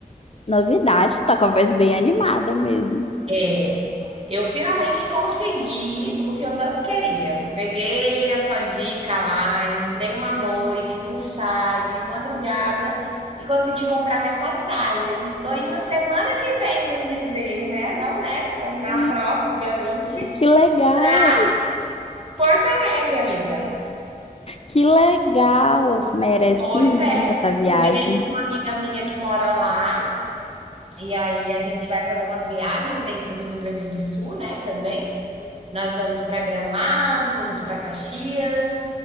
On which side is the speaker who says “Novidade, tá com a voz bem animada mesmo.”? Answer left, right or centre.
Left